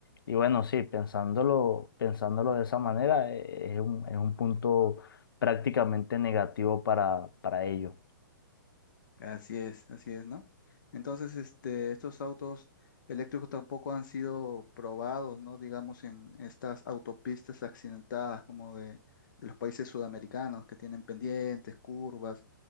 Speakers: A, on the left (about 80°); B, on the left (about 65°).
A: Y bueno, sí, pensándolo, pensándolo de esa manera, eh, es un, es un punto prácticamente negativo para, para ellos.
B: Así es, así es, ¿no? Entonces, este, estos autos eléctricos tampoco han sido probados, ¿no? Digamos, en estas autopistas accidentadas como de, de los países sudamericanos que tienen pendientes, curvas,